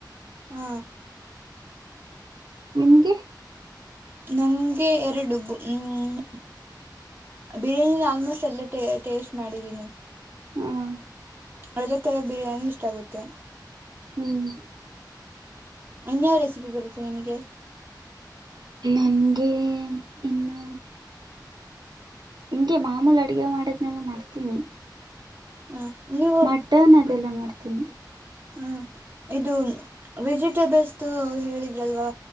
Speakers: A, on the right (about 25°); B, on the right (about 65°).
A: ಹ್ಮ
B: ನಿಮ್ಗೆ
A: ನಂಗೆ ಎರಡು ಹ್ಮ ಬಿರಿಯಾನಿನ ಆಲ್ಮೋಸ್ಟ್ ಎಲ್ಲ ಟೇಸ್ಟ್ ಮಾಡಿದೀನಿ
B: ಹ
A: ಅಳದ ತರ ಬಿರಿಯಾನಿ ಇಷ್ಟ ಆಗುತ್ತೆ
B: ಹ್ಮ್
A: ಇನ್ಯಾವ್ ರೆಸಿಪಿ ಬರುತ್ತೆ ನಿಮ್ಗೆ
B: ನಮಗೆ ಇನ್ನು ಹಿಂಗೆ ಮಾಮೂಲಿ ಅಡ್ಗೆ ಮಾಡದ್ನೆಲ್ಲ ಮಾಡ್ತೀನಿ
A: ಹ ನೀವು
B: ಮಟನ್ ಅದೆಲ್ಲ ಮಾಡ್ತೀನಿ
A: ಹಾ ಇದು ವೆಜಿಟೇಬಲ್ಸ್ ಹೇಳಿದ್ರಲ್ವಾ